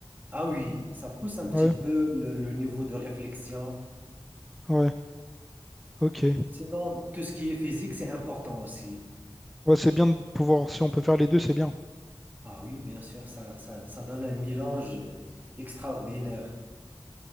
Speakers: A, on the right; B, in the centre.
A: ah oui, ça pousse un petit
B: Ouais,
A: peu le le niveau de réflexion.
B: ouais, ok.
A: Sinon, tout ce qui est physique, c'est important aussi.
B: Ouais, c'est bien de pouvoir, si on peut faire les deux, c'est bien.
A: Ah oui, bien sûr, ça, ça, ça donne un mélange extraordinaire.